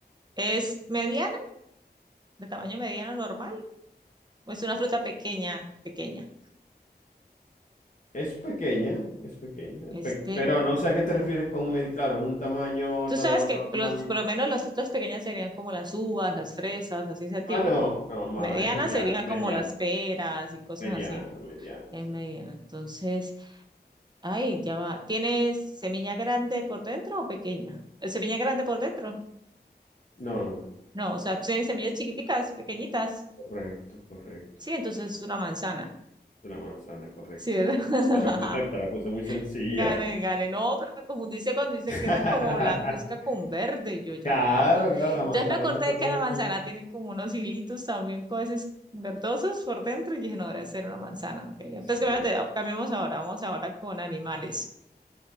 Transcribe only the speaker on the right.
¿es mediana? ¿De tamaño mediano normal? ¿O es una fruta pequeña? Pequeña.
Es
pequeña.
Tú
sabes
que los,
por lo menos las frutas pequeñas serían como las uvas, las fresas, así ese tipo.
Medianas
serían
como las peras y cosas
así.
En
mediano. Entonces, ay, ya va. ¿Tienes semilla grande por dentro o pequeña? ¿Eh, ¿Semilla grande por dentro?
No, o sea,
tienes semillas chiquiticas, pequeñitas.
Sí,
entonces es una manzana.
Sí, ¿verdad? <laughs>
Gane, gane. No, pero me confundiste cuando dice
que era como blancuzca con verde. Y yo ya
va, pues.
Entonces
me acordé
que la manzana tiene como unos hilitos también, cosas verdosos por dentro. Y dije, no, debe ser una manzana. ok. Entonces,
cambiate- cambiemos ahora. Vamos ahora con animales.